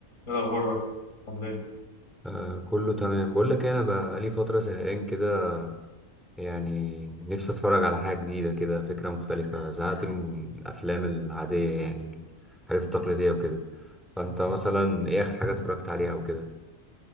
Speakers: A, on the left; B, in the centre.
A: ايه الاخبار عامل ايه
B: آه كله تمام بقول لك إيه، انا بقالي فتره زهقان كده يعني نفسي اتفرج على حاجه جديده كده فكره مختلفه زهقت من الافلام العاديه يعني الحاجات التقليديه وكده فانت مثلا ايه اخر حاجه اتفرجت عليها وكده